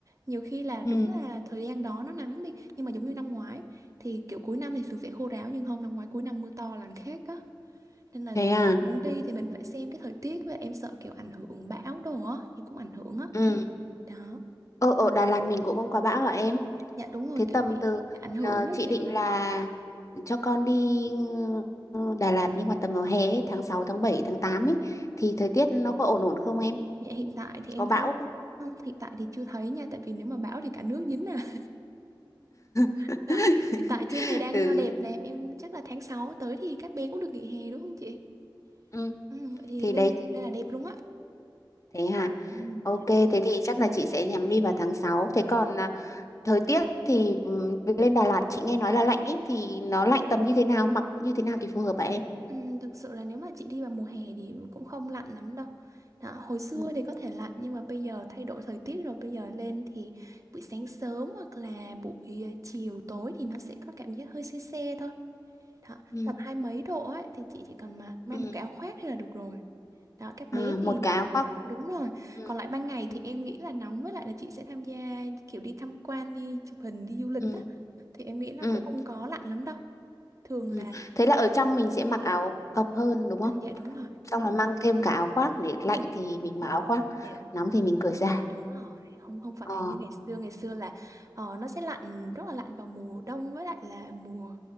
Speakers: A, on the right; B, on the left.
A: nhiều khi là đúng
B: ừ,
A: là thời gian đó nó nắng đi nhưng mà giống như năm ngoái thì kiểu cuối năm thì thường sẽ khô ráo nhưng không năm ngoái cuối năm mưa to là khác á nên là
B: thế
A: nếu
B: à?
A: mà muốn đi thì mình phải xem cái thời tiết và em sợ kiểu ảnh hưởng bão đồ á thì cũng ảnh hưởng á
B: Ừ.
A: đó
B: Ờ, ở Đà Lạt mình cũng không có bão hả em?
A: dạ đúng rồi
B: Thế tầm
A: kiểu bị
B: từ
A: ảnh hưởng
B: ờ,
A: á
B: chị
A: chị
B: định là cho con đi ờ, Đà Lạt nhưng mà tầm vào hè ấy, tháng 6, tháng 7, tháng 8 ấy thì thời tiết nó có ổn ổn không em?
A: Dạ hiện tại thì em
B: Có
A: thấy
B: bão không?
A: không hiện tại thì chưa thấy nha tại vì nếu mà bão thì cả nước dính à <laughs>
B: <laughs>
A: Đó. Hiện tại trên này đang
B: Ừ.
A: ờ, đẹp nè em chắc là tháng 6 tới thì các bé cũng được nghỉ hè đúng không chị
B: Ừ,
A: ừ, vậy thì
B: thì
A: lên
B: đấy
A: lên là đẹp luôn á
B: thế hả?
A: ừ,
B: Ok,
A: dạ
B: thế
A: đúng rồi
B: thì chắc là chị sẽ nhắm đi vào tháng 6. Thế còn à, thời tiết thì ừm, lên Đà Lạt chị nghe nói là lạnh ấy thì nó lạnh tầm như thế nào, mặc như thế nào thì phù hợp hả em?
A: Ừm, thực sự là nếu mà chị đi vào mùa hè thì cũng không lạnh lắm đâu. Đó, hồi xưa
B: Ừ.
A: thì có thể lạnh nhưng mà bây giờ thay đổi thời tiết rồi bây giờ lên thì buổi sáng sớm hoặc là buổi ờ, chiều tối thì nó sẽ có cảm giác hơi se se thôi. Đó,
B: Ừ.
A: tầm hai mấy độ ấy thì chị chỉ cần mặc mang
B: Ừ.
A: một cái áo khoác thì là được rồi. Đó, các
B: À,
A: bé thì
B: một cái
A: mặc
B: áo khoác.
A: đúng rồi.
B: Ừ.
A: Còn lại ban ngày
B: Ừ.
A: thì em nghĩ là nóng với lại là chị sẽ tham gia kiểu đi tham quan, đi chụp hình, đi du lịch
B: Ừ.
A: á thì em nghĩ là
B: ừ.
A: cũng không có lạnh lắm đâu. Thường
B: Ừ.
A: là
B: Thế là ở trong mình sẽ mặc áo cộc hơn đúng không?
A: ừ, dạ đúng rồi.
B: Xong là mang thêm cả áo khoác để lạnh
A: Đúng rồi,
B: thì mình mặc áo khoác,
A: Dạ
B: nóng thì mình cởi ra.
A: đúng rồi không không phải
B: Ờ.
A: như ngày xưa ngày xưa là ờ, nó sẽ lạnh rất là lạnh vào mùa đông với lại là mùa